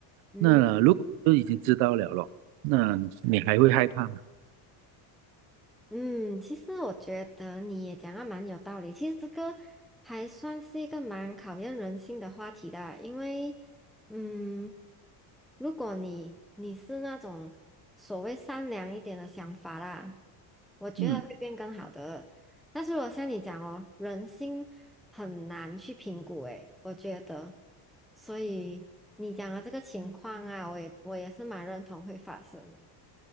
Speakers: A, in the centre; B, on the right.
A: 嗯，
B: 那如果都已经知道了咯，那你还会害怕吗？
A: 嗯，其实我觉得你也讲的蛮有道理。其实这个还算是一个蛮考验人性的话题的啊，因为，嗯，如果你你是那种所谓善良一点的想法啦，我觉得会变更好的。
B: 嗯。
A: 但是我像你讲哦，人心很难去评估，诶，我觉得，所以你讲的这个情况啊，我也我也是蛮认同会发生的。